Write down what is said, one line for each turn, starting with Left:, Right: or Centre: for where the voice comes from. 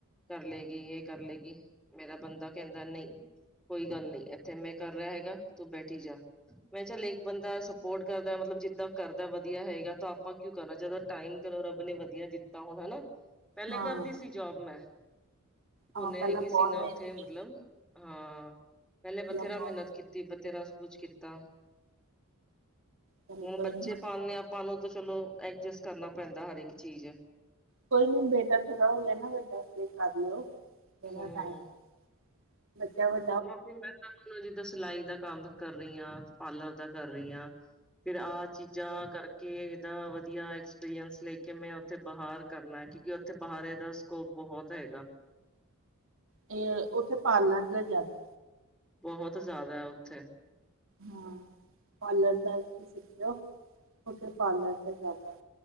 Centre: ਕਰ ਲਏਗੀ, ਏ ਕਰ ਲਏਗੀ ਮੇਰਾ ਬੰਦਾ ਕੈਂਦਾ ਨਈ। ਕੋਈ ਗੱਲ ਨੀ ਏਥੇ ਮੈਂ ਕਰ ਰਿਆ ਹੈਗਾ ਤੂੰ ਬੈਠੀ ਜਾ ਮੈਂ ਚੱਲ ਇੱਕ ਬੰਦਾ ਸਪੋਰਟ ਕਰਦਾ ਮਤਲਬ ਜਿੱਦਾਂ ਕਰਦਾ ਵਧੀਆ ਹੈਗਾ ਤਾਂ ਆਪਾਂ ਕਿਉਂ ਕਰਨਾ ਜਦੋਂ ਟਾਈਮ ਕਰੋ ਰੱਬ ਨੇ ਵਧੀਆ ਦਿੱਤਾ ਹੁਣ ਹਨਾ ਪੈਲਾਂ
Right: ਹਾਂ
Centre: ਕਰਦੀ ਸੀ ਜੋਬ ਮੈਂ
Right: ਹਾਂ
Centre: ਹੁਣ ਏਹ
Right: ਪਹਿਲਾਂ
Centre: ਕਿਸੀ
Right: ਬਹੁਤ
Centre: ਨਾ
Right: ਮਿਹਨਤ
Centre: ਉੱਥੇ
Right: ਕੀਤੀ
Centre: ਮਤਲਬ ਹਾਂ, ਪੈਲੇ ਬਥੇਰਾ
Right: ਪਹਿਲਾਂ ਬਹੁਤ
Centre: ਮਿਹਨਤ ਕੀਤੀ ਬਥੇਰਾ ਸ ਕੁਛ ਕੀਤਾ
Right: ਚਲੋ
Centre: ਹੁਣ
Right: ਕੋਈ
Centre: ਬੱਚੇ
Right: ਨੀ ਹੁਣੇ
Centre: ਪਾਲਣੇ ਆ ਪਾਂ ਨੂੰ ਤਾਂ ਚਲੋ ਐਡਜਸਟ ਕਰਨਾ ਪੈਂਦਾ ਹਰ ਇਕ ਚੀਜ਼।
Right: ਕੋਈ ਨੀ ਬੇਟਾ ਥੋੜ੍ਹਾ ਹੋ ਗਿਆ ਨਾ ਵਡਾ ਫੇਰ ਕਰ ਲਿਓ ਬੜਾ
Centre: ਹਮ
Right: ਟਾਈਮ ਐ ਬੱਚਾ ਵੱ
Centre: <unintelligible> ਮੈਂ ਤਾਂ ਹੁਣ ਜਿੱਦਾਂ ਸਿਲਾਈ ਦਾ ਕੰਮ ਕਰ ਰੀ ਆ, ਪਾਰਲਰ ਦਾ ਕਰ ਰੀ ਆ ਫਿਰ ਆ ਚੀਜ਼ਾਂ ਕਰ ਕੇ ਏਦਾ ਵਧੀਆ ਐਕਸਪੀਰੀੰਸ ਲੈ ਕੇ ਮੈਂ ਉੱਥੇ ਬਾਹਰ ਕਰਨਾ ਕਿਉਂਕਿ ਉੱਥੇ ਬਾਹਰ ਏਦਾ ਸਕੋਪ ਬਹੁਤ ਹੈਗਾ।
Right: ਫੇਰ ਓਥੇ ਪਾਰਲਰ ਦਾ ਜਾਦਾ।
Centre: ਬੋਹਤ ਜਾਦਾ ਉੱਥੇ।
Right: ਹਾਂ, ਪਾਰਲਰ ਦਾ ਇੱਥੇ ਸਿੱਖਿਓ ਉੱਥੇ ਪਾਰਲਰ ਦਾ ਜਾਦਾ ਐ।